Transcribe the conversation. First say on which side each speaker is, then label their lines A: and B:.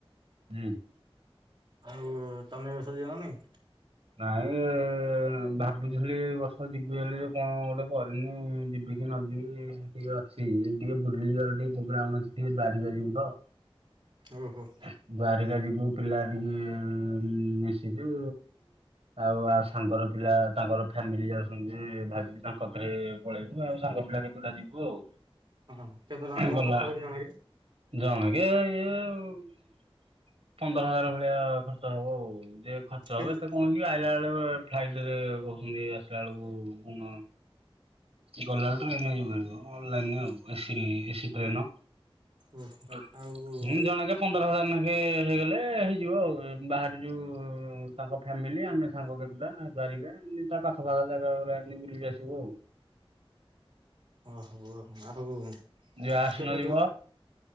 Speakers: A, on the right; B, on the right.
A: ହୁଁ।
B: ଆଉ ତମେ ଏବର୍ଷ ଯିବ ନେଇ?
A: ନାଇଁ ଭାବିଥିଲି ଏ ବର୍ଷ ଯିବି ବୋଲି, କଣ ଗୋଟେ କରିନି ଯି <unintelligible> ନଦୀ ଟିକେ ଅଛି ଟିକେ ବୁଲି ଯିବାର ଟିକେ ପ୍ରୋଗ୍ରାମ ଅଛି, ଟିକେ ଦ୍ୱାରିକା ଯିବୁ ତ।
B: ଓ ହୋ।
A: ଦ୍ୱାରିକା ଯିବୁ ପିଲା ଟିକେ ଯିବୁ ଆଉ ଆ ସାଙ୍ଗର ପିଲା ତାଙ୍କର ଫ୍ୟାମିଲି ଯାଉଛନ୍ତି, ଭାବିଛୁ ତାଙ୍କ ସାଙ୍ଗରେ ପଳେଇବୁ ଆଉ ସାଙ୍ଗ ପିଲା କେତୁଟା ଯିବୁ ଆଉ।
B: ହଁ କେତେ ଟଙ୍କା କଣ
A: ଗଲା
B: ଖର୍ଚ୍ଚ ହଉଚି ଜଣକିରେ?
A: ଜଣକେ ଇଏ <unintelligible> ପନ୍ଦର ହଜାର ଭଳିଆ ଖର୍ଚ୍ଚ ହବ ଆଉ। ଯ ଖର୍ଚ୍ଚ
B: କେତେ
A: ହବ ଏତେ କଣ <unintelligible> ଆଇଲା ବେଳକୁ ଫ୍ଲାଇଟରେ କହୁଛନ୍ତି ଆସିଲା ବେଳକୁ କଣ ଗଲା ବେଳକୁ ଟ୍ରେନରେ ଯିବୁ ଭାରି ମ, ଅନଲାଇନ୍ ଆଉ A C A C train
B: ଓହୋ
A: ଉଁ
B: ଆଉ
A: ଜଣେକା ପନ୍ଦର ହଜାର ନେଖେ ହେଇଗଲେ ହେଇଯିବ ଆଉ, ବାହାରିଯିବୁ ତାଙ୍କ ଫ୍ୟାମିଲି, ଆମେ ସାଙ୍ଗ କେତୁଟା ଦ୍ୱାରିକା ତା ପାଖ ପାଖ ଜାଗା ଗୁରା ଏମିତି ବୁଲିକି ଆସିବୁ ଆଉ।
B: ଓ ହଉ ଆଉ। <unintelligible>
A: ଯିବା ଆସୁନ
B: କେବେଠୁ
A: ଯିବା,